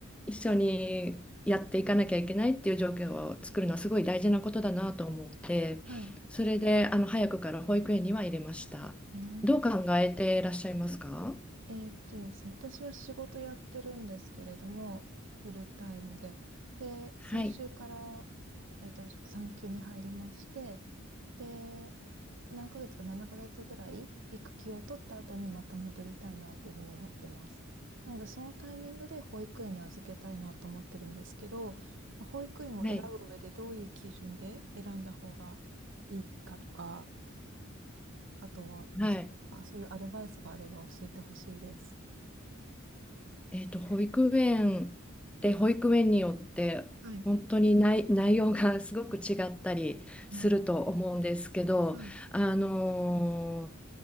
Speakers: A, in the centre; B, on the right.
A: 一緒にやっていかなきゃいけないっていう状況を作るのはすごい大事なことだなと思って、
B: はい。
A: それであの早くから保育園には入れました。
B: ええ
A: どう考えていらっしゃいますか
B: えーっとですね、私は仕事やってるんですけれども、フルタイムで。で、
A: はい、
B: 先週から、えーっと、産休に入りまして、で、何ヶ月か7ヶ月ぐらい育休を取った後にまた戻りたいなというふうに思ってます。なので、そのタイミングで保育園に預けたいなと思ってるんですけど、まあ保育園を選ぶ上でどういう基準で選んだ方がいいかとか、
A: はい、
B: あとは、
A: はい。
B: あそういうアドバイスがあれば教えてほしいです。
A: えっと、保育園で保育園によって本当に内、
B: はい
A: 内容が <laughs> すごく違ったりすると思うんですけど、
B: えーはい。
A: あの